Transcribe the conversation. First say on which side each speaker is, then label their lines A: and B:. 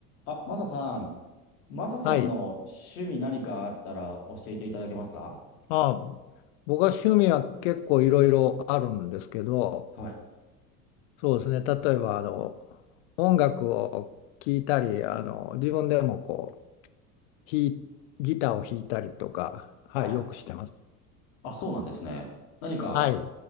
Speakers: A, on the left (about 60°); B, on the left (about 45°).
A: あ、マサさん、マサさんの趣味何かあったら教えていただけますか
B: はい。まあ、僕は趣味は結構いろいろあるんですけど、
A: はい。
B: そうですね。例えば、あの、音楽を聴いたり、あの、自分でもこう、弾いギターを弾いたりとか、はい、
A: はい。
B: よくしてます。
A: あ、そうなんですね。何か
B: はい。